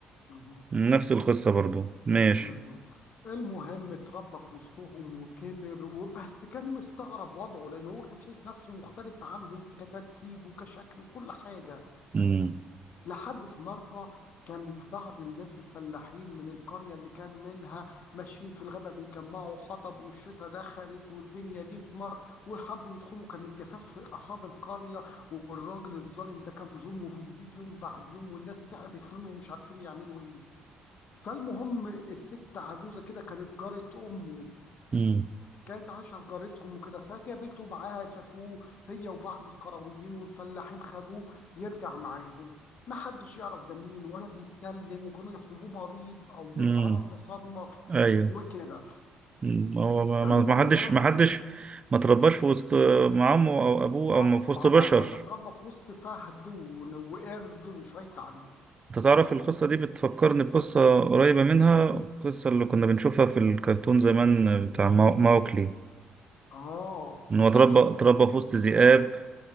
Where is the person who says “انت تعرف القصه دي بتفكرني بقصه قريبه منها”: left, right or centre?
Right